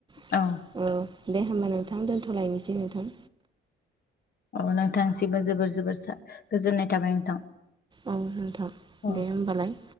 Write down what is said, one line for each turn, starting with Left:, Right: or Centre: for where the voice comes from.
Right: <inaudible>
Left: औ
Right: ओ दे होमबा नोंथां दोन्थलायनोसै नोंथां
Left: अ नोंथांसिबो जोबोर जोबोर गोजोननाय थाबाय नोंथां।
Right: औ नोंथां
Left: औ
Right: दे होमबालाय।